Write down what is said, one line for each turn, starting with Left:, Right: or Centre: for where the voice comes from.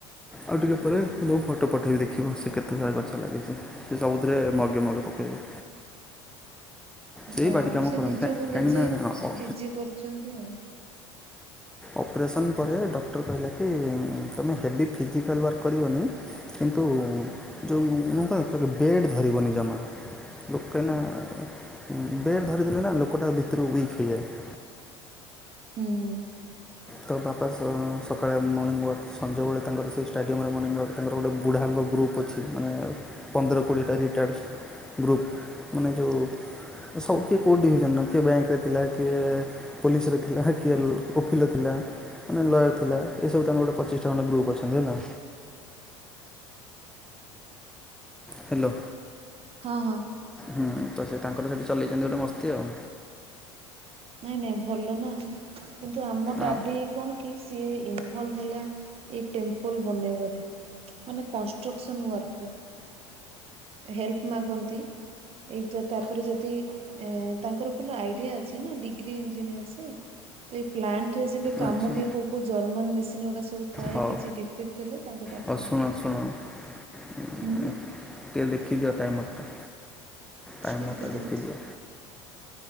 Centre: ଆଉ ଟିକେ ପରେ ଫଟୋ ପଠେଇବି ଦେଖିବ ସେ କେତେ ସାରା ଗଛ ଲାଗେଛି ସେ ସବୁ। ସେଥିରେ ମଗେ ମଗେ ପକେଇବେ। ସେଇ
Right: ଯା ହଉ
Centre: ବାଡ଼ି କାମ
Right: ସେ
Centre: କରନ୍ତି
Right: ନିଜକୁ ନିଜେ
Centre: କାହିଁକିନା
Right: ବିଜି କରୁଛନ୍ତି ଆଉ।
Centre: ଅପରେସନ୍ ପରେ ଡକ୍ଟର କହିଲା କି ତୁମେ ହେଭି ଫିଜିକାଲ୍ ୱାର୍କ କରିବନି। କିନ୍ତୁ ଯେଉଁ ମୁ ବେଡ଼୍ ଧରିବନି ଜମା। ଲୋକ କାହିଁ ନା ଉଁ ବେଡ଼ ଧରିଦେଲେ ନା ଲୋକଟା ଭିତରୁ ୱିକ୍ ହେଇଯାଏ।
Right: ହୁଁ।
Centre: ତ ବାପା ସ-ସକାଳେ ମୋର୍ନିଂୱର୍କ ସଞ୍ଜବେଳେ ତାଙ୍କର ସେଇ ଷ୍ଟାଡିୟମରେ ମଣିଂୱାର୍କ ତାଙ୍କର ଗୋଟେ ବୁଢ଼ା ଗୁପ୍ ଅଛି ମାନେ ଉ ପନ୍ଦର କୋଡ଼ିଏଟା ରିଟାୟାର୍ଡ଼ ଗ୍ରୁପ୍ ମାନେ ଯେଉ ସବୁ କିଏ କୋଉ ଡିଭିଜନ କିଏ ବ୍ୟାଙ୍କରେ ଥିଲା କିଏ ପୋଲିସରେ ଥିଲା କିଏ ଓକିଲ। ଥିଲା ମାନେ ଲୟର୍ ଥିଲା ଏସବୁ ତାଙ୍କର ଗୋଟେ ପଚିଶଟଙ୍କା ଖଣ୍ଡେ ଗ୍ରୁପ୍ ଅଛନ୍ତି ହେଲା। ହ୍ୟାଲୋ।
Right: ହଁ ହଁ।
Centre: ହୁଁ ତ ସେ ତାଙ୍କର ସେଠି ଚଲେଇଛନ୍ତି ଗୋଟେ ମସ୍ତି ଆଉ।
Right: ନାଇଁ ନାଇଁ ଭଲ ନା କିନ୍ତୁ ଆମ ଡାଡି
Centre: ଆଉ
Right: କଣ କି ସିଏ ଇନଭଲଭ ହେଲା ଏ ଟେମ୍ପଲ ବନେଇବାରେ ମାନେ କନଷ୍ଟ୍ରକ୍ସନ ୱାର୍କରେ ହେଲ୍ପ ମାଗନ୍ତି। ଏଇ ତାପରେ ଯଦି ଏ ତାଙ୍କର ଭଲ ଆଇଡିଆ ଅଛି। ନା ଡିଗ୍ରୀ ଇଞ୍ଜିନିୟର ସେ। ତ ଏଇ ପ୍ଲାଣ୍ଟରେ ଯେବେ କାମ
Centre: ଆଚ୍ଛା
Right: ହୁଏ କେଉଁ କେଉଁ ଜର୍ମାନ୍ ମେସିନ୍ ଏୁଡ଼ା ସବୁ ଥାଏ
Centre: ହଉ
Right: କିଛି ଡିଫେକ୍ଟ ହେଲେ ତାଙ୍କୁ ଡାକନ୍ତି।
Centre: ହଉ ଶୁଣ ଶୁଣ ଟିକେ
Right: ହୁଁ
Centre: ଦେଖିଦିଅ ଟାଇମରଟା। ଟାଇମରଟା
Right: ଦେଖି ଦଉଛି
Centre: ଦେଖିଦିଅ।